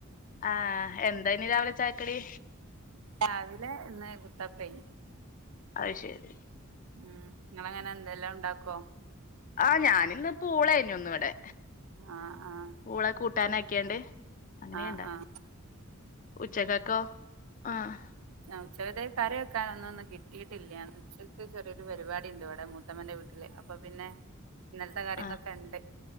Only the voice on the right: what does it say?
രാവിലെ ഇന്ന് കുത്തപ്പേയ്ന്ന്
ഉം ഇങ്ങളെങ്ങനെ ന്തെല്ലാം ഉണ്ടാക്കോ
ആഹ് ആഹ്
ആഹ് ആഹ്
ഉച്ചകാതെ കറിവെക്കനൊന്നുംന്നും കിട്ടിയിട്ടില്ല ഉച്ചയ്ക്ക് ചെറിയൊരു പരിപാടിണ്ട് ഇവിടെമു ത്തമ്മന്റെ വീട്ടില് അപ്പപിന്നെ ഇന്നലത്തെ കറിന്നൊക്കെണ്ട്